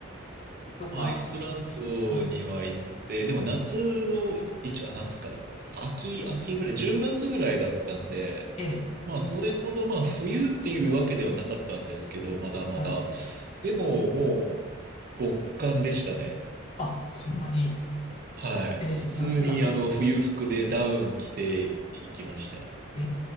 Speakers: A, on the left; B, on the right.
A: とか、
B: アイスランドには行って、
A: ありました。はい。
B: でも夏の、一応、あ、夏か。秋、秋ぐらい、10月ぐらいだったんで、
A: えー、
B: まあ、それほど、まあ、冬っていうわけではなかったんですけど、まだまだ。
A: はい。
B: でも、もう、極寒でしたね。
A: あ、そんなに、
B: はい。
A: えー、
B: 普通に、
A: 夏なのに。
B: あの、冬服でダウン着ていきました。
A: え